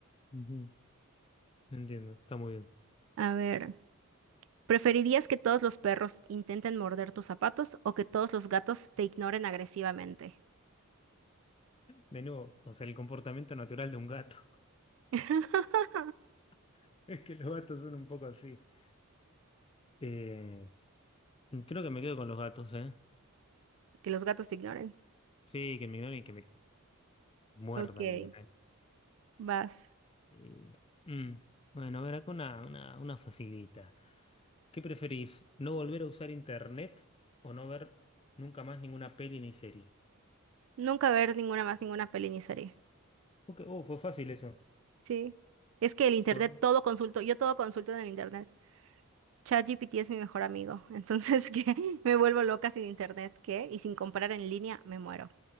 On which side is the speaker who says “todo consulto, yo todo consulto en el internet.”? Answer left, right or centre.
Right